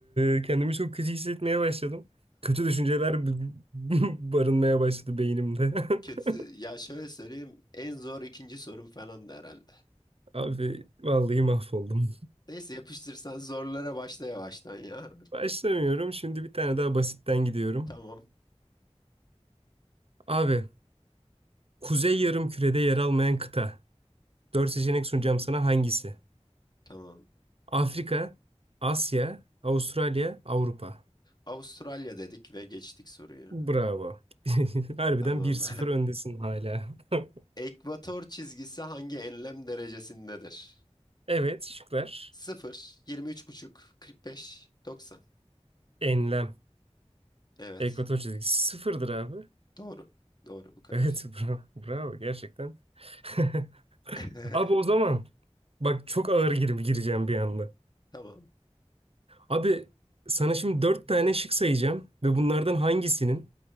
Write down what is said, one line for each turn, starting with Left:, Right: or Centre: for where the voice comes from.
Right: e, kendimi çok kötü hissetmeye başladım. Kötü düşünceler b- <laughs> barınmaya başladı beynimde. <laughs>
Left: Kötü. Ya şöyle söyleyeyim. En zor ikinci sorum falan da herhalde.
Right: Abi vallahi mahvoldum.
Left: Neyse yapıştırsan zorlara başla yavaştan ya.
Right: Başlamıyorum. Şimdi bir tane daha basitten gidiyorum.
Left: Tamam,
Right: Abi Kuzey Yarımküre'de yer almayan kıta. dört seçenek sunacağım sana hangisi?
Left: tamam.
Right: Afrika, Asya, Avustralya, Avrupa.
Left: Avustralya dedik ve geçtik soruyu.
Right: Bravo. <laughs> Harbiden
Left: Tamam.
Right: bir sıfır öndesin hala. <laughs>
Left: <laughs> Ekvator çizgisi hangi enlem derecesindedir?
Right: Evet, şıklar.
Left: 0, 23,5, 45, 90.
Right: Enlem.
Left: Evet.
Right: Ekvator çizgisi sıfırdır abi. <laughs>
Left: Doğru. Doğru bu kadar.
Right: Evet, bravo. Bravo gerçekten. <laughs>
Left: <laughs>
Right: Abi o zaman bak çok ağır girip gireceğim bir anda.
Left: Tamam.
Right: Abi sana şimdi dört tane şık sayacağım ve bunlardan hangisinin